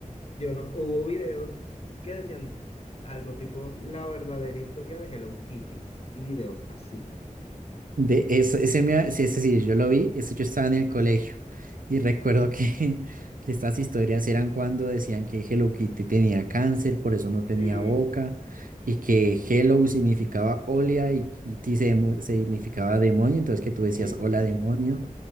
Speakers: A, on the left; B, on the right.
A: yo no, hubo videos que decían algo tipo la verdadera historia de Hello Kitty y videos así.
B: De eso, ese me, ha- sí, ese sí, yo lo vi, eso yo estaba en el colegio y recuerdo que, <laughs> que estas historias eran cuando decían que Hello Kitty tenía cáncer, por eso no tenía
A: Sí,
B: boca, y que Hello significaba hola y Kitty se demo- significaba demonio, entonces que tú decías
A: sí.
B: hola demonio.